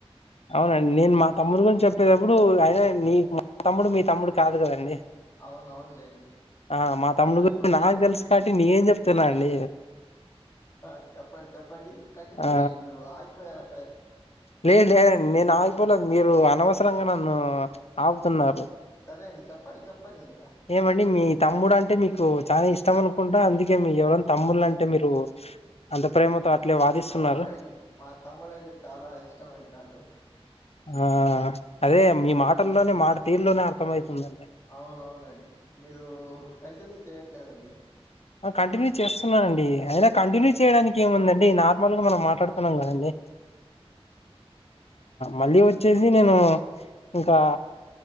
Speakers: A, on the left; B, on the left.
A: అవునండి నేను మా తమ్ముని గురించి చెప్పేటప్పుడు అయినా నీ మా తమ్ముడు మీ తమ్ముడు కాదు కదండి
B: అవునవునులేండి
A: ఆ మా తమ్ముడు
B: చెప్పండి
A: <unintelligible> నాకు
B: చెప్పండి
A: తెలుసు కాట్టి నే చెప్ తేనా అండి
B: ఆ చెప్పండి చెప్పండి కంటిన్యూ
A: ఆ
B: చేయండి మీరు ఆగిపోయారు అక్కడే
A: లేదు లేదు నేను ఆగిపోలేదు మీరు అనవసరంగా నన్ను ఆపుతున్నారు
B: సరే అండి చెప్పండి చెప్పండి ఇంకా
A: ఏమండి మీ తమ్ముడు అంటే మీకు చా ఇష్టం అనుకుంటా అందుకే మి ఎవరనా తమ్ముళ్లు అంటే మీరు అంత ప్రేమతో అట్లే వాదిస్తున్నారు
B: అవునండ్ మా తమ్ముడు అంటే చాలా ఇష్టం మండి నాకు
A: ఆ అదే మీ మాటల్లోనే మాట తీరులోనే అర్థ మైతుందండి
B: అవునవునండి మీరు కంటిన్యూ చేయట్లేదండి
A: కంటిన్యూ చేస్తున్నానండి అయినా కంటిన్యూ చేయడానికి ఏముందండి నా నార్మల్గా మనం మాట్లాడుతున్నాం కదండి మళ్ళీ
B: మ్మ్
A: వచ్చేసి నేను ఇంకా